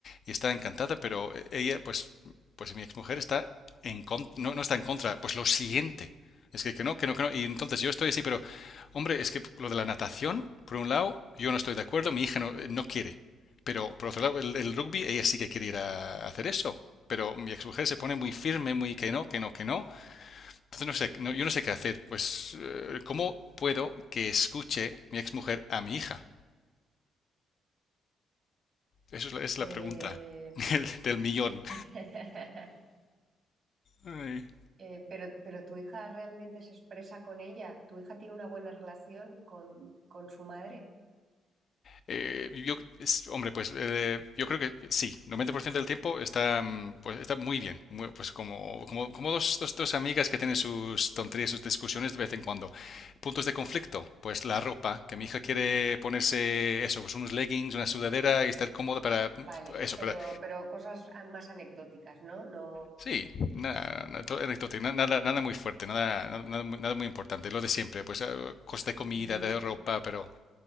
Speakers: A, on the left (about 55°); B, on the right (about 45°).
A: y está encantada, pero ella, pues, pues mi exmujer está en con- no, no está en contra, pues lo siguiente. Es que, que no, que no, que no. Y entonces yo estoy así, pero hombre, es que lo de la natación, por un lado, yo no estoy de acuerdo, mi hija no, no quiere. Pero por otro lado, el, el rugby, ella sí que quiere ir a hacer eso. Pero mi exmujer se pone muy firme, muy que no, que no, que no. Entonces no sé, no- yo no sé qué hacer. Pues, eh, ¿cómo puedo que escuche mi exmujer a mi hija? Esa es la, es
B: Eh,
A: la pregunta <laughs> del, del millón.
B: <laughs>
A: Ay.
B: eh, pero, pero tu hija realmente se expresa con ella. ¿Tu hija tiene una buena relación con, con su madre?
A: Eh, yo, es- hombre, pues eh, yo creo que sí, 90% del tiempo está, mm, pues, está muy bien. muy- pues como, como, como dos, dos, dos amigas que tienen sus tonterías, sus discusiones de vez en cuando. Puntos de conflicto, pues la ropa, que mi hija quiere ponerse eso, pues unos leggings, una sudadera y estar cómoda para
B: Vale,
A: eso,
B: pero,
A: para
B: pero cosas a- más anecdóticas, ¿no? No,
A: Sí, nada, nada, todo
B: vale.
A: anecdótico, na- nada, nada muy fuerte, nada, nada, nada muy nada muy importante, lo de siempre, pues eh, cosas
B: Y,
A: de comida, de ropa, pero